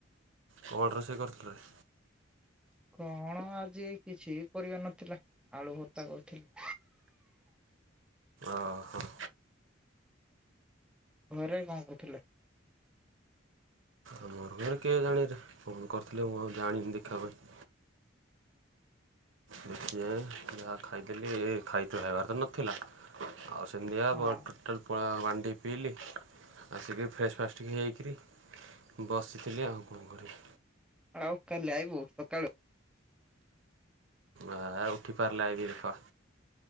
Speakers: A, on the right; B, in the centre.
A: କଣ ରୋଷଇ କରିଥିଲ ରେ?
B: କଣ ଆଜି ଏଇ କିଛି ପରିବା ନଥିଲା ଆଳୁ ଭର୍ତ୍ତା କରଥିଲି।
A: ଓହୋ।
B: ଘରେ କଣ କହୁଥିଲେ?
A: ଆମର ଘରେ କିଏ ଜାଣେରେ କଣ କରିଥିଲେ ମୁଁ ଆଉ ଜାଣିନି ଦେଖିବା ପାଇଁ ଦେଖି ଯାଏଁ ଯାହା ଖାଇଥିଲି ଏ ଖାଇତେ ହେବାର ତ ନଥିଲା ଆଉ ସେମତିଆ
B: ହଁ।
A: ବ ଟୋଟାଲ ପଣା ପାଣିଟିକେ ପିଇଲି ଆସିକି ଫ୍ରେଶ୍ ଫାଷ ଟିକେ ହେଇକିରି ବସିଥିଲି ଆଉକଣ କରିବି
B: ଆଉ କାଲି ଆଇବୁ ସକାଳୁ?
A: ଆ ଉଠି ପାରିଲେ ଆଇବି ଦେଖ।